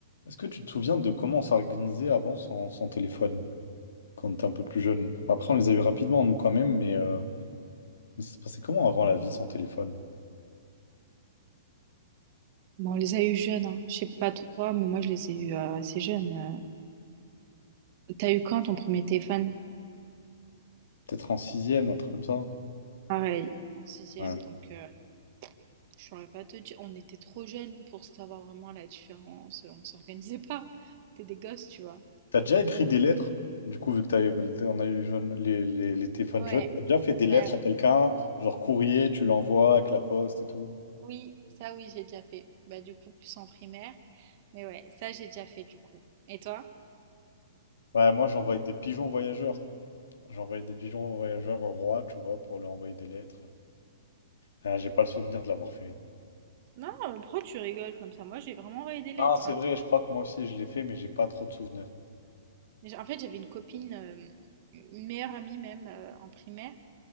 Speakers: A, on the left; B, on the right.
A: Est-ce que tu te souviens de comment on s'organisait avant sans, sans téléphone, quand on était un peu plus jeune? Bon, Après, on les a eu rapidement, nous, quand même, mais, euh, mais ça se passait comment avant la vie sans téléphone?
B: Bon, on les a eu jeunes, hein. Je sais pas toi, mais moi je les ai eu euh, assez jeunes. euh. T'as eu quand ton premier téléphone?
A: Peut-être en sixième, un truc comme ça.
B: Pareil, en sixième,
A: Ouais. Si.
B: donc euh, je saurais pas te dire. On était trop jeunes pour savoir vraiment la différence. On s'organisait pas. On était des gosses, tu vois.
A: T'as déjà écrit
B: On
A: des
B: était
A: lettres?
B: des-
A: Du coup, vu que t'avais, on a eu les, jeunes- les, les- les téléphones
B: Ouais,
A: jeunes, t'as déjà fait des lettres
B: bah
A: à quelqu'un, genre courrier, tu l'envoies avec la poste et tout?
B: oui, ça oui, j'ai déjà fait. Bah du coup, plus en primaire. Mais ouais, ça j'ai déjà fait du coup. Et toi?
A: Ouais, moi, j'envoyais des pigeons voyageurs. J'envoyais des pigeons voyageurs au roi, tu vois, pour lui envoyer des lettres. Ah, j'ai pas le souvenir de l'avoir fait.
B: Non, mais pourquoi tu rigoles comme ça? Moi, j'ai vraiment envoyé des lettres.
A: Non, c'est
B: hein.
A: vrai, je crois que moi aussi, je l'ai fait, mais j'ai pas trop de souvenirs.
B: Mais j'- En fait, j'avais une copine, euh, une meilleure amie même euh, en primaire.